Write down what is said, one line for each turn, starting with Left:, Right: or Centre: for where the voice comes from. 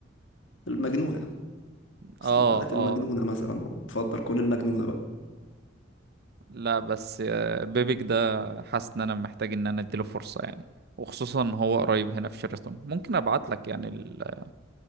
Left: المجنونه سمها
Right: اه
Left: لك
Right: اه
Left: المجنونه مثلا وتفضل كل المجنونه بقى
Right: لا بس آه، بيبيك ده حاسس ان انا محتاج ان انا اديله فرصة يعني وخصوصا ان هو قريب هنا في شيراتون ممكن ابعت لك يعني ال-